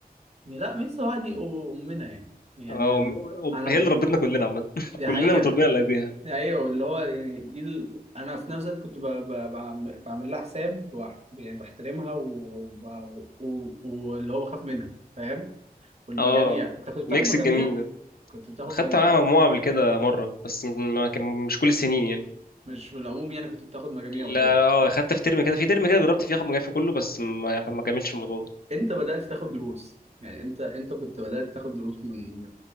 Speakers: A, on the right; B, on the left.
A: لا ميسي بقى دي امنا يعني يعني
B: اه وم-
A: انا
B: وب-
A: أنا-
B: هي اللي ربتنا كلنا عامة <laughs>
A: دي
B: كلنا
A: حقيقة
B: متربيين على ايديها
A: دي حقيقة واللي هو يعني دي ال... انا في نفس الوقت كنت ب... ب... ب- بعمل لها حساب وبح- يعني بحترمها وب- و... و... واللي هو بخاف منها فاهم والمجاميع
B: اه
A: انت كنت بتاخد
B: ميكس
A: مجاميع
B: الجميل ده
A: كنت بتاخد
B: خدت
A: مجاميع
B: معاها مجموعة قبل كده مرة بس ما كان مش كل السنين يعني
A: مش في العموم يعني كنت بتاخد مجاميع
B: لا
A: وكده
B: لا اه خدت في ترم كده في ترم كده جربت فيه اخد مجموعة في كله بس ما ما كملتش في الموضوع ده
A: امتى بدأت تاخد دروس؟ يعني امتى امتى كنت بدأت تاخد دروس من